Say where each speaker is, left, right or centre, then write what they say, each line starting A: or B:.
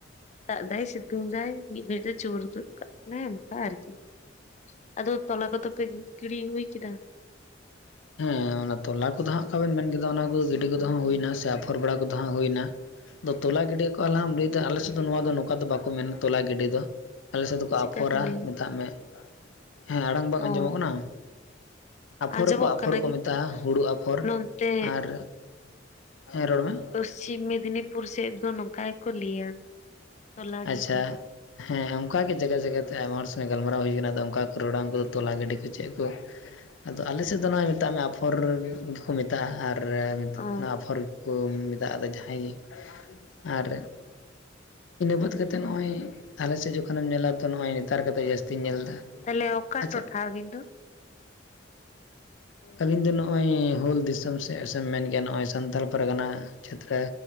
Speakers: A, on the left; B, on the left.
A: ᱫᱟᱜ ᱫᱟᱭ, ᱥᱤᱛᱩᱝ ᱫᱟᱭ ᱢᱤᱫ ᱜᱷᱟᱹᱲᱤ ᱛᱮ ᱡᱳᱨ ᱜᱚᱫ ᱠᱟᱜ ᱠᱟᱱᱟᱭ ᱚᱱᱠᱟ ᱟᱨᱠᱤ। ᱟᱫᱚ ᱛᱚᱞᱟ ᱠᱚᱫᱚ ᱯᱮ ᱜᱤᱲᱤ ᱦᱩᱭ ᱠᱮᱫᱟ?
B: ᱦᱮᱸ ᱚᱱᱟ ᱛᱚᱞᱟ ᱠᱚᱫᱚ ᱦᱟᱸᱜ ᱚᱠᱟ ᱵᱮᱱ ᱢᱮᱱ ᱠᱮᱫᱟ ᱚᱱᱟ ᱠᱚ ᱜᱤᱰᱤ ᱠᱚᱫᱚ ᱦᱩᱭᱱᱟ ᱥᱮ ᱟᱯᱷᱚᱨ ᱵᱟᱲᱟ ᱠᱚᱫᱚ ᱦᱩᱭᱱᱟ᱾ ᱟᱫᱚ ᱛᱚᱞᱟ ᱜᱤᱰᱤ ᱠᱚ-ᱟ ᱞᱟᱦᱟᱢ ᱞᱟᱹᱭᱫᱟ, ᱟᱞᱮᱥᱮᱫ ᱫᱚ ᱱᱚᱣᱟ ᱫᱚ ᱱᱚᱝᱠᱟ ᱫᱚ ᱵᱟᱠᱚ ᱢᱮᱱᱟ ᱛᱚᱞᱟ ᱜᱤᱰᱤ ᱫᱚ। ᱟᱞᱮ ᱥᱮᱫ ᱫᱚᱠᱚ
A: ᱪᱮᱫᱠᱟ
B: ᱟᱯᱷᱚᱨᱟ
A: ᱠᱚ ᱞᱟᱹᱭᱟ?
B: ᱢᱮᱛᱟᱜ ᱢᱮ᱾ ᱦᱮᱸ ᱟᱲᱟᱝ ᱵᱟᱝ ᱟᱸᱡᱚᱢᱚᱜ
A: ᱚ
B: ᱠᱟᱱᱟ? ᱟᱯᱷᱚᱨ
A: ᱟᱸᱡᱚᱢᱚᱜ
B: ᱟᱠᱚ ᱟᱯᱷᱚᱨ
A: ᱠᱟᱱᱟ
B: ᱠᱚ
A: ᱠᱤᱱᱛᱩ
B: ᱢᱮᱛᱟᱜᱼᱟ ᱦᱩᱲᱩ ᱟᱯᱷᱚᱨ
A: ᱱᱚᱱᱛᱮ
B: ᱟᱨ ᱦᱮᱸ ᱨᱚᱲ ᱢᱮ।
A: ᱯᱚᱥᱪᱤᱢ ᱢᱮᱫᱽᱱᱤᱯᱩᱨ ᱥᱮᱫ ᱫᱚ ᱱᱚᱝᱠᱟ ᱜᱮᱠᱚ ᱞᱟᱹᱭᱟ। ᱛᱚᱞᱟ ᱜᱤᱰᱤ᱾
B: ᱟᱪᱪᱷᱟ ᱦᱮᱸ ᱚᱱᱠᱟᱜᱮ ᱡᱟᱭᱜᱟ ᱡᱟᱭᱜᱟ ᱛᱮ ᱟᱭᱢᱟ ᱦᱚᱲ ᱥᱚᱸᱜᱮ ᱜᱟᱞᱢᱟᱨᱟᱣ ᱦᱩᱭ ᱟᱠᱟᱱᱟ ᱚᱱᱠᱟ ᱠᱚ ᱨᱚᱲᱟ᱾ ᱩᱱᱠᱩ ᱫᱚ ᱛᱚᱞᱟ ᱜᱟᱹᱰᱤ ᱠᱚ ᱪᱮᱫ ᱠᱚ᱾ ᱟᱫᱚ ᱟᱞᱮᱥᱮᱫ ᱫᱚ ᱱᱚᱜ-ᱚᱭ ᱢᱮᱛᱟᱜ ᱢᱮ ᱟᱯᱷᱚᱨ᱾ ᱠᱚ ᱢᱮᱛᱟᱜ-ᱟ ᱟᱨ
A: ᱚ
B: ᱚᱱᱟ ᱟᱯᱷᱚᱨ ᱜᱮᱠᱚ ᱢᱮᱛᱟᱜ-ᱟ ᱟᱫᱚ ᱡᱟᱦᱟᱸᱭ ᱜᱮ ᱟᱨ ᱤᱱᱟᱹ ᱵᱟᱫ ᱠᱟᱛᱮ ᱱᱚᱜ-ᱚᱭ ᱟᱞᱮᱥᱮᱫ ᱡᱚᱠᱷᱚᱱᱮᱢ ᱧᱮᱞᱟ ᱛᱚ ᱱᱚᱜ-ᱚᱭ ᱱᱮᱛᱟᱨ ᱠᱟᱛᱮ ᱡᱟᱹᱥᱛᱤᱧ ᱧᱮᱞ ᱮᱫᱟ᱾
A: ᱛᱟᱦᱚᱞᱮ ᱚᱠᱟ
B: ᱟᱪᱪᱷᱟ
A: ᱴᱚ-ᱴᱷᱟ ᱟᱵᱤᱱ ᱫᱚ?
B: ᱟᱹᱞᱤᱧ ᱫᱚ ᱱᱚᱜ-ᱚᱭ ᱦᱩᱞ ᱫᱤᱥᱚᱢ ᱥᱮᱫ ᱫᱮᱢ ᱢᱮᱱ ᱠᱮᱭᱟ ᱱᱚᱜ-ᱚᱭ ᱥᱟᱱᱛᱟᱞ ᱯᱟᱨᱜᱟᱱᱟ ᱪᱷᱟᱛᱨᱟ।